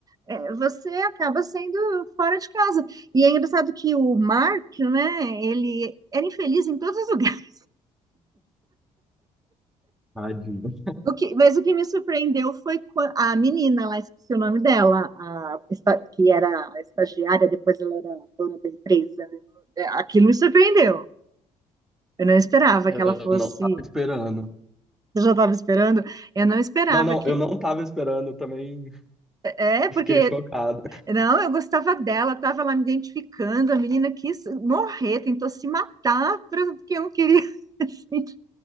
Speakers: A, on the right; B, in the centre.
A: é, você acaba sendo fora de casa. E é engraçado que o Mark, né? Ele era infeliz em todos os lugares.
B: Tadinho.
A: O que, mas o que me surpreendeu foi quan- a menina lá, esqueci o nome dela, a esta- que era a estagiária, depois ela era dona da empresa. né? É, Aquilo me surpreendeu. Eu não esperava
B: Eu
A: que ela fosse.
B: não estava esperando.
A: Você já estava esperando? Eu não esperava
B: Não, não,
A: que.
B: eu não estava esperando, eu também
A: É, porque.
B: fiquei chocado.
A: Não, eu gostava dela, estava lá me identificando. A menina quis morrer, tentou se matar, pra- porque eu não queria. <laughs> Gente,